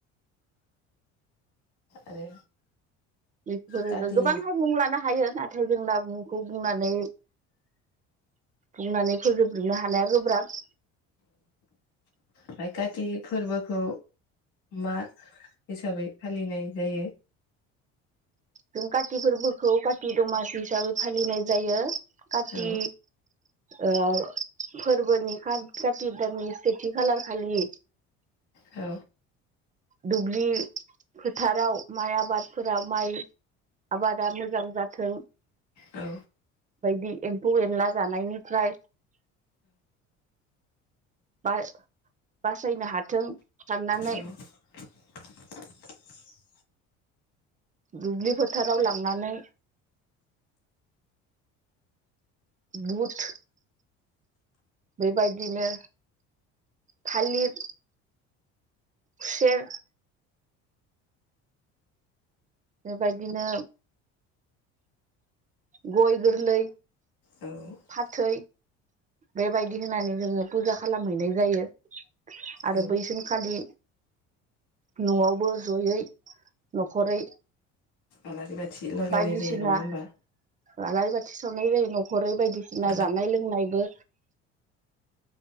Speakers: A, on the left (about 70°); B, on the right (about 25°).
A: आरो
B: बेफोरो
A: काति
B: गोबांहाय मुं लानो हायो नाथाय जोंना मुंखौ बुंनानै। बुंनानै फोजोबजोबनो हानाया गोब्राब।
A: फाय काथि फोरबोखौ मा हिसाबै फालिनाय जायो?
B: जों काति फोरबोखौ काति दमासि हिसाबै फालिनाय जायो काति
A: औ
B: ओ फोरबोनि खा काथि दाननि सेथि खालार खालि
A: औ
B: दुब्लि फोथाराव माइ आबादफोराव माइ आबादा मोजां जाथों
A: औ
B: बायदि एम्फौ एनला जानायनिफ्राय बा बासायनो हाथों साननानै
A: औ <inaudible>
B: दुब्लि फोथाराव लांनानै बुथ बेबायदिनो थालिर खुसेर बेबायदिनो गय गोरलै
A: औ
B: फाथै बेबायदि होनानै जोङो फुजा खालामहैनाय जायो आरो
A: औ
B: बै सानखालि न'आवबो जयै नखरै
A: आलारि बाथि लगायनाय
B: बायदिसिना
A: जायो नङा होमबा
B: आलारि बाथि सावनाय जायो नखरै बायदिसिना
A: औ
B: जानाय लोंनायबो